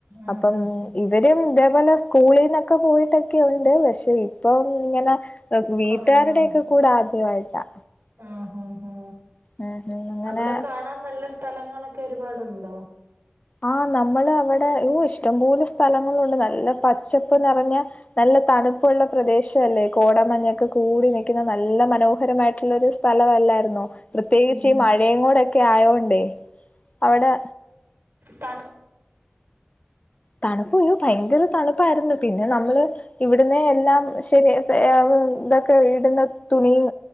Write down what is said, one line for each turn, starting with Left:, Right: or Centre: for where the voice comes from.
Right: ആഹ്
Left: അപ്പം
Right: ആഹ് ആഹ്
Left: ഇവരും ഇതേപോലെ സ്കൂളിൽന്നൊക്കെ പോയിട്ടൊക്കെയുണ്ട് പക്ഷെ ഇപ്പം ഇങ്ങനെ ന വീട്ടുകാരുടെയൊക്കെ
Right: കൊറേ നാള്
Left: കൂടെ ആദ്യമായിട്ടാ
Right: ആഹ് ആഹ ഹാ
Left: ഉം ഉം അങ്ങനെ
Right: അവിടെ കാണാൻ നല്ല സ്ഥലങ്ങളൊക്കെ ഒരുപാടുണ്ടോ
Left: ആഹ് നമ്മള് അവിടെ ഓ ഇഷ്ടംപോലെ സ്ഥലങ്ങളുണ്ട് നല്ല പച്ചപ്പ് നിറഞ്ഞ നല്ല തണുപ്പുള്ള പ്രദേശല്ലേ കോടമഞ്ഞൊക്കെ കൂടി നിൽക്കുന്ന നല്ല മനോഹരമായിട്ടുള്ളരു സ്ഥലമല്ലായിരുന്നോ പ്രത്യേകിച്ച്
Right: ഉം
Left: ഈ
Right: ഉം
Left: മഴയും കൂടെക്കെ ആയോണ്ടേയ് അവിടെ
Right: തണ്
Left: തണുപ്പ ഓ ഭയങ്കര തണുപ്പായിരുന്നു പിന്നെ നമ്മള് ഇവിടുന്നെ എല്ലാം ശരി ഇതൊക്കെ ഇടുന്ന തുണിയും